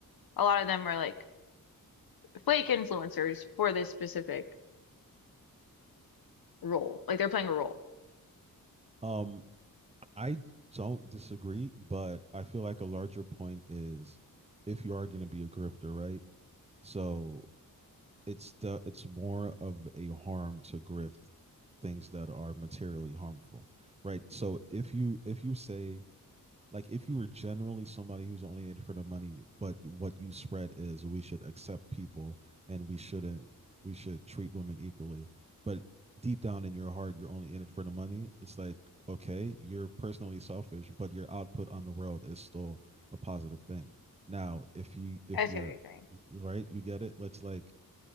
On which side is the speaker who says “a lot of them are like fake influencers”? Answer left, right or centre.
Left